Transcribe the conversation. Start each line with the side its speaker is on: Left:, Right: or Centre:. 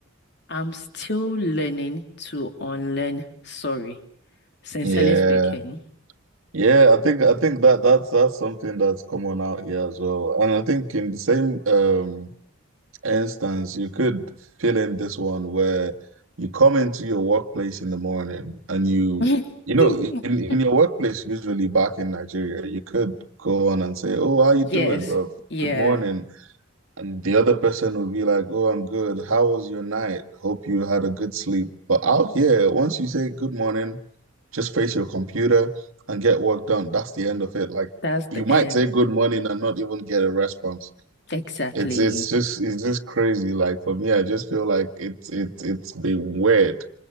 Left: I'm still learning to unlearn sorry, sincerely
Right: Yeah.
Left: speaking.
Right: Yeah, I think I think that that's that's something that's common out here as well. And I think in the same um instance, you could fill in this one where you come into your workplace in the morning and you
Left: <laughs>
Right: you know, in, in your workplace usually back in Nigeria, you could go on and say, Oh, how you doing,
Left: Yes,
Right: bro?
Left: yeah,
Right: Good morning. And the other person would be like, Oh, I'm good. How was your night? Hope you had a good sleep. But out here, once you say good morning, just face your computer and get work done. That's the end of it. Like
Left: that's
Right: you
Left: the end.
Right: might say good morning and not even get a response.
Left: Exactly.
Right: It's it's just it's just crazy. Like for me, I just feel like it's it's it's been weird